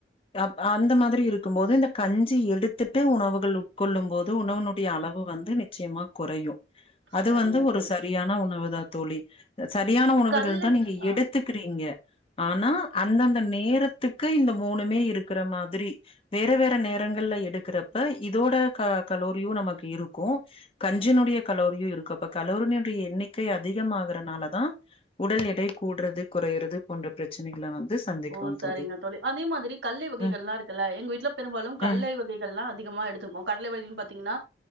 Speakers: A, on the left; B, on the right.
A: ரப் அந்த மாதிரி இரு கும்போது இந்த கஞ்சி எடுத்துட்டு உணவுகள் உட்கொள்ளும் போது உணவனுடைய அளவு வந்து நிச்சயமா குறையு அது
B: சரிங்க
A: வந்து ஒரு
B: தோழி
A: சரியான உணவுதா தோழி சரியான உணவுகள்தா
B: கல்லை
A: நீங்க
B: ஆ
A: எடுத்துக்கிறீங்க ஆனா அந்தந்த நேரத்துக் கு இந்த மூனுமே இருக்கிற மாதிரி வேற வேற நேரங்கள்ல எடுக்கிறப்ப இதோட க கலோரியு நமக்கு இருக்கு கஞ்சினுடைய கலோரியு இருக்கு அப்ப கலோரினோடைய எண்ணிக்கை அதிகமாகறனாலதா உடல் எடை கூடுறது கொறையறது போன்ற பிரச்சனைகள வந் து சந்திக்கிறோ
B: ஓ
A: தோழி
B: சரிங்க அதே மாதிரி கல்லை வகைகள்லா
A: ம்
B: இருக்குல்ல எங்க வீட்ல பெரும்பாலு கல்லைவகைகள்ளா
A: ம்
B: அதிகமா எடுத்துப்போ கடலை வகைகள் பாத்தீங்கன்னா